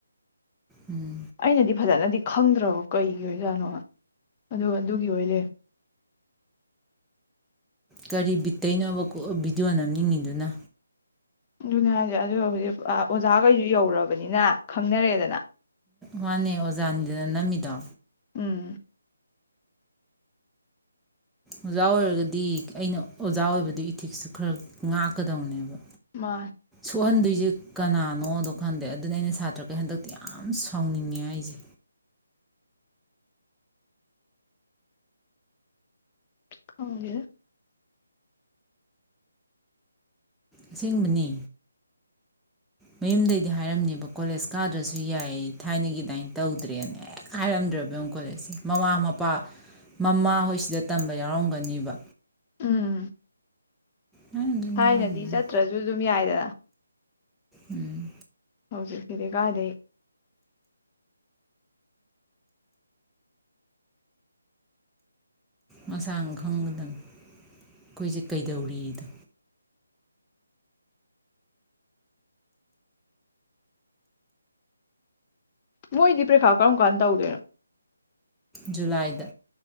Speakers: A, in the centre; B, on the left.
A: ꯎꯝ
B: ꯑꯩꯅꯗꯤ ꯐꯖꯅꯗꯤ ꯈꯪꯗ꯭ꯔꯕ ꯀꯩꯒꯤ ꯑꯣꯏꯖꯥꯠꯅꯣ ꯑꯗꯨꯒ ꯑꯗꯨꯒꯤ ꯑꯣꯏꯔ
A: ꯀꯔꯤ ꯕꯤꯠꯇꯩꯅꯣꯕ ꯚꯤꯗꯤꯑꯣ ꯅꯝꯅꯤꯡꯉꯤꯗꯨꯅ
B: ꯑꯗꯨꯅꯦ ꯍꯥꯏꯁꯦ ꯑꯗꯣ ꯍꯧꯖꯤꯛ ꯑꯣꯖꯥꯈꯩꯁꯨ ꯌꯧꯔꯕꯅꯤꯅ ꯈꯪꯅꯔꯛꯑꯦꯗꯅ
A: ꯃꯥꯅꯦ ꯑꯣꯖꯥꯗꯨꯅ ꯅꯝꯃꯤꯗꯣ
B: ꯎꯝ
A: ꯑꯣꯖꯥ ꯑꯣꯏꯔꯒꯗꯤ ꯑꯩꯅ ꯑꯣꯖꯥ ꯑꯣꯏꯕꯗꯨ ꯏꯊꯤꯛꯁꯁꯨ ꯈꯔ ꯉꯥꯛꯀꯗꯕꯅꯦꯕ
B: ꯃꯥ
A: ꯁꯣꯛꯍꯟꯗꯣꯏꯁꯦ ꯀꯅꯥꯅꯣꯗꯣ ꯈꯟꯗꯦ ꯑꯗꯨꯅ ꯑꯩꯅ ꯁꯥꯇ꯭ꯔꯈꯩ ꯍꯟꯗꯛꯇꯤ ꯌꯥꯝ ꯁꯥꯎꯅꯤꯡꯉꯦ ꯑꯩꯁꯦ
B: ꯀꯒ
A: ꯑꯁꯦꯡꯕꯅꯤ ꯃꯌꯨꯝꯗꯩꯗꯤ ꯍꯥꯏꯔꯝꯅꯦꯕ ꯀꯣꯂꯦꯖ ꯀꯥꯗ꯭ꯔꯁꯨ ꯌꯥꯏ ꯊꯥꯏꯅꯒꯤ ꯑꯗꯨꯃꯥꯏꯅ ꯇꯧꯗ꯭ꯔꯦꯅ ꯍꯦꯛ ꯍꯥꯏꯔꯝꯗ꯭ꯔꯕꯛ ꯀꯣꯂꯦꯖꯁꯦ ꯃꯃꯥ ꯃꯄꯥ ꯃꯃꯥ ꯍꯣꯏꯁꯤꯗ ꯇꯝꯕ ꯌꯥꯎꯔꯝꯒꯅꯤꯕ
B: ꯎꯝ
A: ꯍꯥꯏꯔꯝꯗꯣꯏꯅꯤ
B: ꯊꯥꯏꯅꯗꯤ
A: ꯍꯥꯏꯔꯝꯗꯣꯏꯅꯤ
B: ꯆꯠꯇ꯭ꯔꯁꯨ ꯑꯗꯨꯝ ꯌꯥꯏꯗꯅ
A: ꯎꯝ
B: ꯍꯧꯖꯤꯛꯁꯤꯗꯤ ꯀꯥꯏꯗꯦ
A: ꯃꯁꯥꯅ ꯈꯪꯕꯗꯪ ꯑꯩꯈꯣꯏꯁꯦ ꯀꯩꯗꯧꯔꯤꯗꯣ
B: ꯃꯣꯏꯗꯤ ꯄ꯭ꯔꯤꯦꯈꯥ ꯀꯔꯝ ꯀꯥꯟ ꯇꯧꯗꯣꯏꯅꯣ
A: ꯖꯨꯂꯥꯏꯗ